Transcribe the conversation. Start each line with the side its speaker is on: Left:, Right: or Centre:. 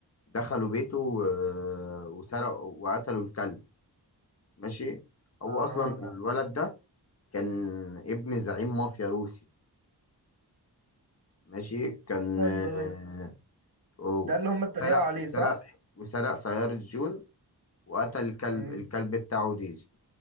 Left: دخلوا بيته و- وسرقوا وقتلوا الكلب ماشي هو
Right: اه
Left: اصلا الولد ده كان ابن زعيم مافيا روسي ماشي كان
Right: ايوه
Left: آه،
Right: ايوه
Left: و-
Right: ده اللي هم اتريقوا
Left: سرق
Right: عليه صح
Left: سرق وسرق سيارة جون وقتل الكلب
Right: مم،
Left: الكلب بتاعه ديزي